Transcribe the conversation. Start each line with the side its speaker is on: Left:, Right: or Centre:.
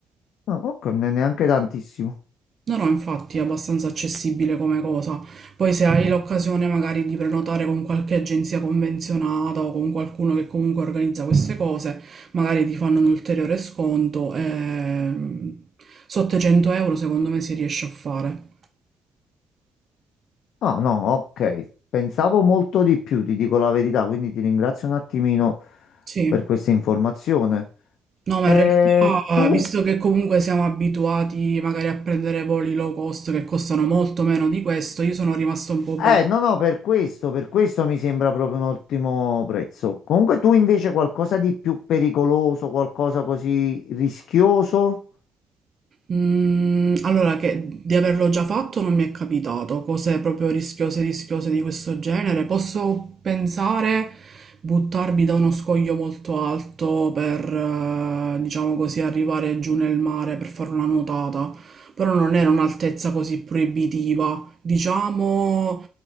Left: No, ok, non è neanche tantissimo.
Right: No, no, infatti è abbastanza accessibile come cosa. Poi se hai l'occasione magari di prenotare con qualche agenzia convenzionata o con qualcuno che comunque organizza queste cose, magari ti fanno un ulteriore sconto. ehm, sotto i 100 euro secondo me si riesce a fare.
Left: No, no, ok. Pensavo molto di più, ti dico la verità, quindi ti ringrazio un attimino
Right: Sì.
Left: per questa informazione.
Right: No, ma
Left: Eh,
Right: in realtà,
Left: tu?
Right: visto che comunque siamo abituati magari a prendere voli low cost che costano molto meno di questo, io sono rimasto un po' basito.
Left: Eh, no, no, per questo, per questo mi sembra proprio un ottimo prezzo. Comunque tu invece qualcosa di più pericoloso, qualcosa così rischioso?
Right: Mm, allora, che di averlo già fatto non mi è capitato, cose proprio rischiose, rischiose di questo genere. Posso pensare buttarmi da uno scoglio molto alto per, eh, diciamo così, arrivare giù nel mare per fare una nuotata, però non era un'altezza così proibitiva, diciamo,